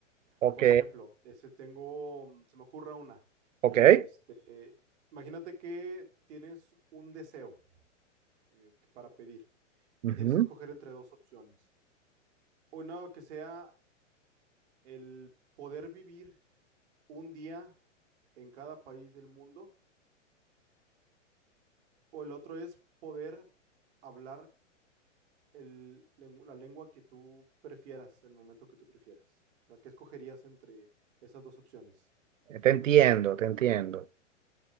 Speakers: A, on the right (about 80°); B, on the right (about 60°).
A: Ok,
B: Por ejemplo, este, tengo, mm, se me ocurre una.
A: ok.
B: Este, imagínate que tienes un deseo eh, para pedir
A: ujú,
B: y tienes que escoger entre dos opciones. Una que sea el poder vivir un día en cada país del mundo, o el otro es poder hablar el lengu- la lengua que tú prefieras, el momento que tú prefieras. O sea, ¿qué escogerías entre esas dos opciones?
A: Te entiendo, te entiendo.